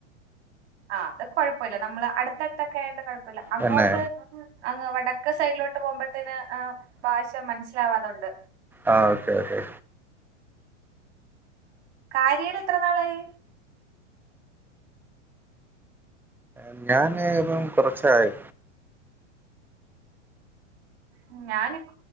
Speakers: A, on the right; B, in the centre.
A: ആ അത് കുഴപ്പമില്ല നമ്മള് അടുത്തടുത്തൊക്കെ ആയോണ്ട് കൊഴപ്പ് പ്പല്ല അങ്ങോട്ട്
B: തന്നെ
A: അങ്ങ് വട ക്ക സൈഡിലോട് ട്ട് പോകുമ്പോഴത്തേന് ഏം ഭാഷ മനസ്സിലാവാതൊണ്ട്.
B: ആ ഓക്കെ ഓക്കെ
A: കാര്യയിൽ എത്ര നാളായി?
B: ന്താന് ഇപ്പം കുറച്ചായി.
A: ഉം ഞാനിപ്